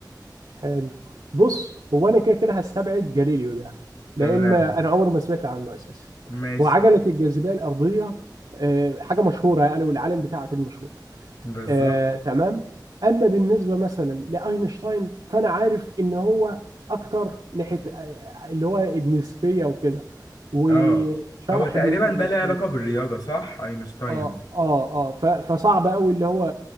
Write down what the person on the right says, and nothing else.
حلو بص هو انا كده كده هستبعد جاليليو ده
لان انا عمري ما سمعت عنه اساسا
وعجله الجاذبيه الارضيه آه، حاجه مشهوره يعني والعالم بتاعها كان مشهور
آه، تمام اما بالنسبه مثلا لاينشتاين فانا عارف ان هو اكتر ناحيه آه، آه، اللي هو النسبيه وكده وشرح
بين النسبيه
اه
اه اه ف- فصعب قوي اللي هو